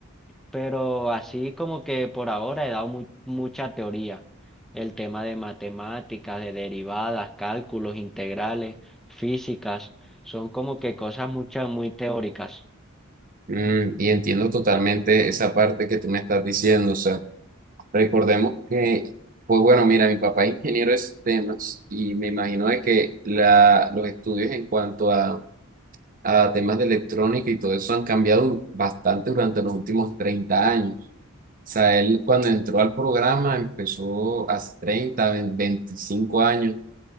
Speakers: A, in the centre; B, on the right (about 40°).
A: Pero así como que por ahora he dado mu- mucha teoría. El tema de matemáticas, de derivadas, cálculos integrales, físicas, son como que cosas muchas muy teóricas.
B: mm, y entiendo totalmente esa parte que tú me estás diciendo, o sea, recordemos que, pues bueno, mira, mi papá es ingeniero de sistemas y me imagino de que la, los estudios en cuanto a... a temas de electrónica y todo eso han cambiado bastante durante los últimos 30 años. sea, él cuando entró al programa empezó hace 30 20, 25 años